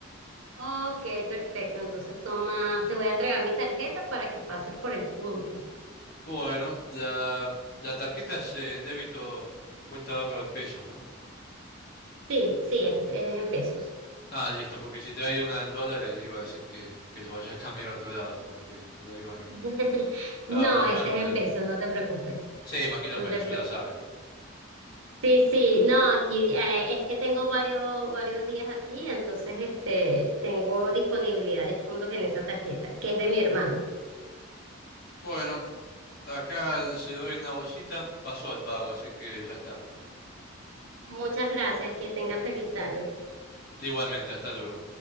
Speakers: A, on the right; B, on the left.
A: Ok, perfecto. Entonces toma, te voy a entregar mi tarjeta para que pases por el punto.
B: Bueno, la, la tarjeta es eh, en débito, cuenta de ahorro en pesos, ¿no?
A: Sí, sí, es, es en pesos.
B: Ah, listo, porque si traía una en dólares, le iba a decir que, que los vaya a cambiar a otro lado, porque la iban
A: <laughs>
B: a
A: No,
B: abrochar
A: este es
B: con
A: en
B: el...
A: pesos, no te preocupes,
B: Sí, imagino
A: no
B: en Venezuela
A: te preocupes.
B: saben.
A: Sí, sí, no, aquí eh, es que tengo varios, varios días aquí, entonces este, tengo disponibilidad de fondos en esa tarjeta, que es de mi hermano.
B: Bueno, acá se doy una bolsita, pasó el pago, así que ya está.
A: Muchas gracias, que tenga feliz tarde.
B: Igualmente, hasta luego.